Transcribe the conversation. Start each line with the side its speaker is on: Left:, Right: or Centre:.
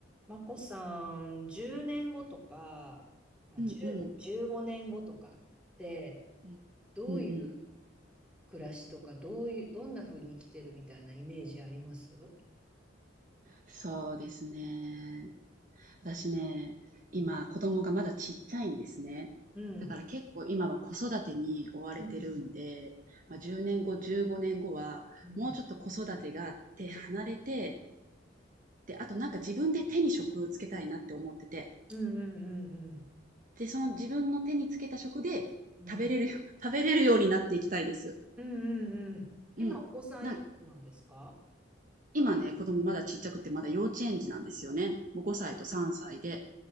Centre: まこさん、10年後とか、あ、
Right: うんうん。
Centre: 10 5年後とかって、
Right: うん。
Centre: どういう
Right: うんうん。
Centre: 暮らしとか、どういう、どんな風に生きてるみたいなイメージあります
Right: そうですね。私ね、今子供がまだちっちゃいんですね。
Centre: うん。うん。
Right: だから結構今は子育てに追われてるんで、
Centre: うん
Right: まあ、10年後、15年後はもうちょっと子育てが手離れて、
Centre: うんうんうん
Right: で、あとなんか自分で手に職つけたいなって思ってて、
Centre: うんうんうん
Right: で、その自分の手につけた食で食べれるよ、
Centre: うん
Right: <laughs> 食べれるようになっていきたいです。
Centre: うんうん。
Right: うん。
Centre: 今、お子さんいくつなんですか
Right: な、今ね、子供まだちっちゃくてまだ幼稚園児なんですよね。もう5歳と3歳で。